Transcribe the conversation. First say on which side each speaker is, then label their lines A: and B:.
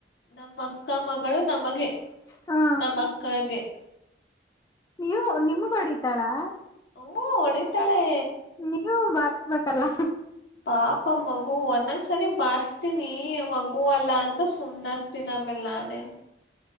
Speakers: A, on the left; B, on the left.
A: ನಮ್ಮ ಅಕ್ಕ ಮಗಳು ನಮಗೆ.
B: ಹಾ
A: ನಮ್ಮಕ್ಕಗೆ. <inaudible>
B: ನೀವು ನಿಮಗೊಡಿತಾಳಾ?
A: ಹೂಂ ಹೊಡಿತಾಳೆ.
B: ನೀವು ಬರ್ ಬೇಕಲ್ಲ.
A: ಪಾಪ ಮಗು ಒಂದೊಂದ್ಸಲಿ ಬಾರ್ಸ್ತೀನಿ ಮಗು ಅಲ್ಲ ಅಂತ ಸುಮ್ನಾಗ್ತೀನಿ ಆಮೇಲ್ ನಾನೇ.